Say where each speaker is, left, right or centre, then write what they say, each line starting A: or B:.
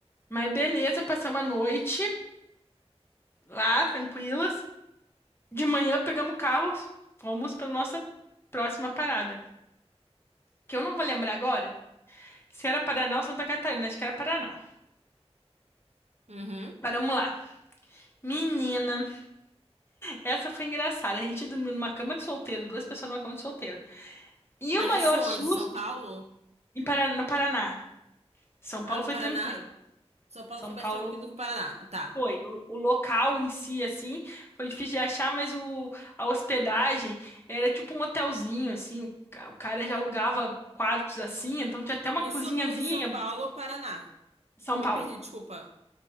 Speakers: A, on the left; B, on the right.
A: Mas beleza, passamos a noite. lá, tranquilas. De manhã pegamos o carro, fomos para nossa próxima parada. Que eu não vou lembrar agora se era Paraná ou Santa Catarina, acho que era Paraná.
B: Uhum.
A: Paramos lá. Menina, essa foi engraçada. A gente dormiu numa cama de solteiro, duas pessoas numa cama de solteiro. E
B: Mas
A: o maior
B: isso onde?
A: susto
B: São Paulo?
A: em Paraná, no Paraná. São Paulo
B: Ah, no
A: foi
B: Paraná.
A: tranquilo.
B: São Paulo
A: São
B: foi mais
A: Paulo
B: tranquilo que o Paraná. Tá.
A: Foi, o, o local em si, assim, foi difícil de achar, mas o, a hospedagem era tipo um hotelzinho, assim, o, ca- o cara já alugava quartos assim, então tinha até uma
B: Isso
A: cozinhazinha.
B: no, em São Paulo ou Paraná?
A: São
B: Me
A: Paulo.
B: perdi, desculpa.